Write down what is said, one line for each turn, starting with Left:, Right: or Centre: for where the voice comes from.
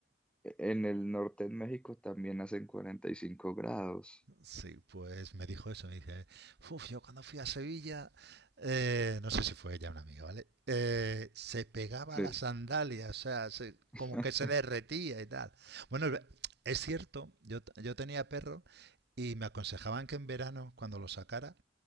Centre: En el norte de México también hacen 45 grados.
Right: Sí, pues me dijo eso, me dije, uff, yo cuando fui a Sevilla, eh, no sé si fue ella una amiga, ¿vale? Eh, se pegaba
Centre: Sí.
Right: a las sandalias, o sea, se-
Centre: <laughs>
Right: como que se derretía y tal. Bueno, es ve- es cierto, yo, t- yo tenía perro y me aconsejaban que en verano, cuando lo sacara,